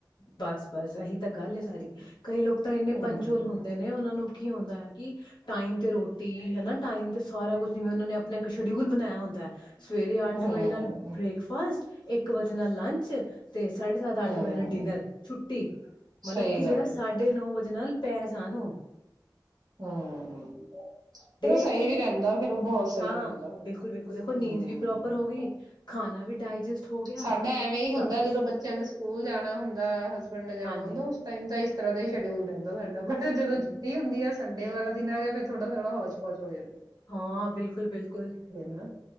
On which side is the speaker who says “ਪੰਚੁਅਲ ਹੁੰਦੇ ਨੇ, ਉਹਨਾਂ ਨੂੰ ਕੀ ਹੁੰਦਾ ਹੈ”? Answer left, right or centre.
Left